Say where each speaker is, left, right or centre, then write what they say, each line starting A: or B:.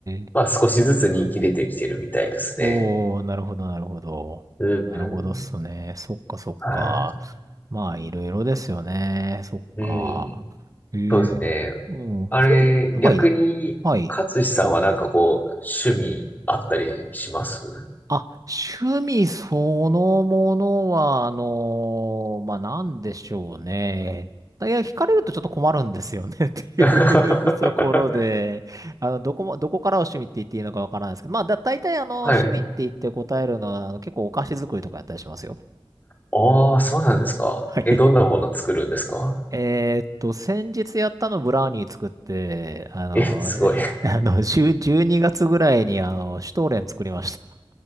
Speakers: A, on the right; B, on the left.
A: ー、
B: まあ少しずつ人気出てきてるみたいですね。
A: おー、なるほど、なるほど。
B: うん。
A: なるほどっすね。そっか、そっか。
B: は
A: まあ、いろいろですよね。そっか。
B: い。うん。
A: えー、
B: そうですね。
A: うん、
B: あれ、
A: それ、
B: 逆に、
A: はい。はい。
B: 勝志さんはなんかこう、趣味あったりします
A: あ、趣味そのものは、あのーまあ、なんでしょうね。だいや、惹かれるとちょっと困るんですよね <laughs> ってい
B: <laughs> は
A: うところで、あの、どこも、どこからを趣味って言っていいのかわからないですけど、まあ、だ、大体あの、趣味って言って答えるのは、
B: い。
A: あの、結構お菓子作りとかやったりしますよ。
B: ああ、そうなんですか。
A: <laughs> はい。
B: え、どんなもの作るんですか
A: えーっと、先日やったのブラウニー作って、
B: <laughs>
A: あの、
B: え、すごい。
A: えあの、10 12月ぐらいにあの、シュトーレン作りました。